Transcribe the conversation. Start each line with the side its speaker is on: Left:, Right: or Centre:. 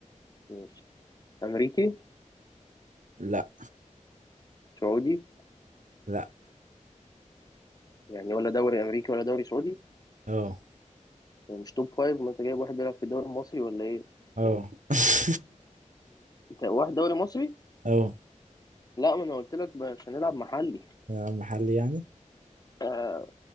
Left: ماشي امريكي
Right: لا
Left: سعودي
Right: لا
Left: يعني ولا دوري امريكي ولا دوري سعودي
Right: اه
Left: ومش توب فايف ما انت جايب واحد بيلعب في الدوري المصري ولا ايه
Right: اه <laughs>
Left: انت واحد دوري مصري
Right: اه
Left: لا ما انا قلت لك مش هنلعب محلي
Right: آه، محل يعني
Left: آه،